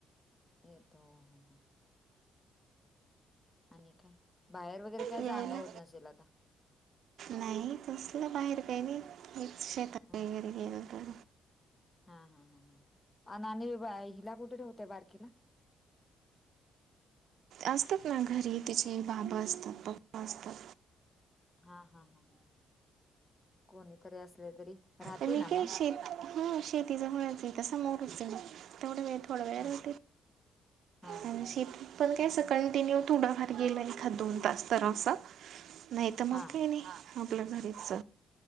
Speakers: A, on the left (about 20°); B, on the right (about 70°).
A: एतो हो हो आणि काय बाहेर वगैरे काय
B: यायला
A: जाणं होत नसेल आता.
B: नाही कसलं बाहेर काही नाही शेतात.
A: हा
B: गेल तर.
A: हा हा हा हा आणि हिला कुठे ठेवते बारकीला?
B: असतात ना घरी तिचे बाबां असतात पप्पा असतात.
A: हा हा हा ह कोणीतरी असले तरी. राहते
B: मी
A: ना मग
B: का शेत ह शेती ज होण्याच तसमोरच येव तेवढं मी थोडं वेळ
A: हा
B: होते.
A: हा
B: आणि
A: हा हा
B: शेतीत पण काय अस कंटिन्यू थोडाफार गेला एखाद दोन तास तर असं- नाही तर मग
A: हा
B: काही नाही आपल्या घरीच.